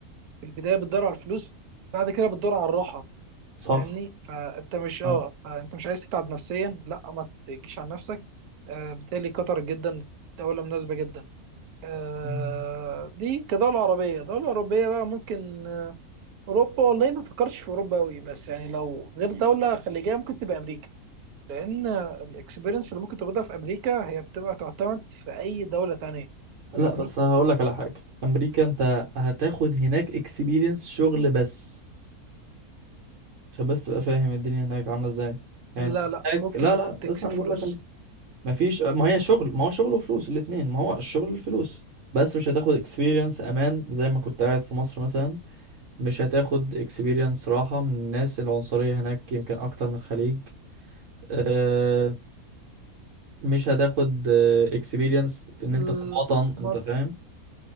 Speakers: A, on the right; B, on the right.
A: في البدايه بتدور على الفلوس بعد كده بتدور على الراحه
B: صح
A: فاهمني فانت مش اه
B: أنا-
A: فانت مش عايز تتعب نفسيا لا ما تجيش على نفسك آه بالتالي قطر جدا دوله مناسبه جدا آه
B: مم.
A: دي كدوله عربيه دوله اوروبيه بقى ممكن آه اوروبا والله ما فكرتش في اوروبا قوي بس يعني لو غير دوله خليجيه ممكن تبقى امريكا لان الاكسبيرينس اللي ممكن تاخدها في امريكا هي بتبقى تعتمد في اي دوله تانية
B: لا
A: فاهمني
B: بس هقول لك على حاجة امريكا انت هتاخد هناك اكسبيرينس شغل بس عشان بس تبقى فاهم الدنيا هناك عاملة ازاي يعني
A: لا
B: انت
A: لا
B: هناك
A: ممكن
B: لا لا
A: تكسب
B: اسمع اللي
A: فلوس
B: بقول لك ما فيش ما هي شغل ما هو شغل وفلوس الاتنين ما هو الشغل الفلوس بس مش هتاخد experience امان زي ما كنت قاعد في مصر مثلا مش هتاخد experience راحة من الناس العنصرية هناك يمكن اكتر من الخليج أه مش هتاخد آه، experience في ان
A: ال-
B: انت في الوطن
A: ما
B: انت فاهم